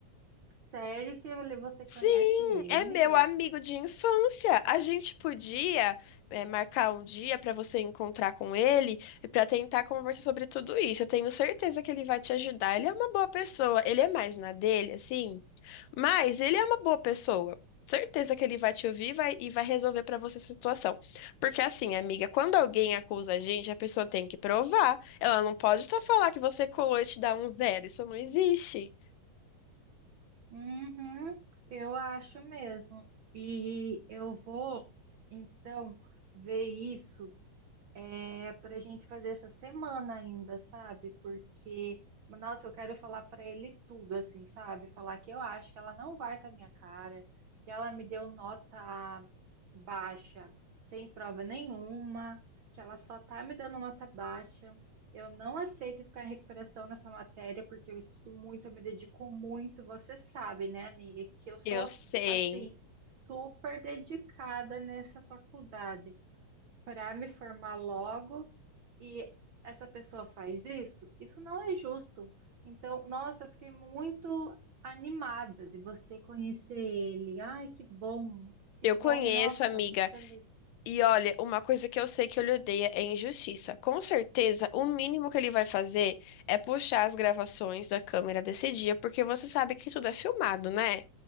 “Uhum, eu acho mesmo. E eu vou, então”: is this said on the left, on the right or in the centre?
Right